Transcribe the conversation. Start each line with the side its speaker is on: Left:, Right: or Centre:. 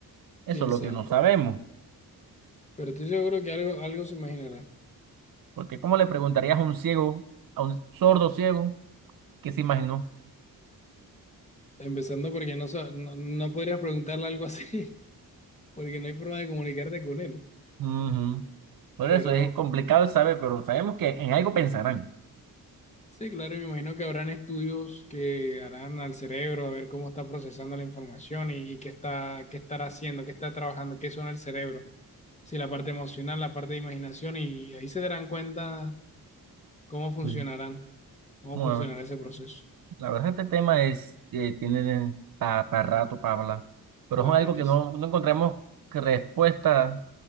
Right: Eso
Left: quién
Right: es
Left: sabe.
Right: lo que no sabemos.
Left: Pero estoy seguro que algo, algo se imaginará.
Right: Porque, ¿cómo le preguntarías a un ciego, a un sordo ciego, qué se imaginó?
Left: Empezando porque no, sa- no, no podrías preguntarle algo así, <laughs> porque no hay forma de comunicarte con él.
Right: Ujú. Por
Left: Pero
Right: eso es complicado de saber, pero sabemos que en algo pensarán.
Left: sí, claro, me imagino que habrán estudios que harán al cerebro, a ver cómo está procesando la información y, y qué está, qué estará haciendo, qué está trabajando, qué suena el cerebro. Sí, la parte emocional, la parte de imaginación, y ahí se darán cuenta cómo funcionarán.
Right: Sí.
Left: cómo
Right: Bueno,
Left: funcionará ese proceso.
Right: La verdad, este tema es, eh, tiene para rato para hablar, pero
Left: La
Right: es
Left: verdad
Right: algo
Left: es que,
Right: que
Left: s-
Right: no, no encontramos que respuesta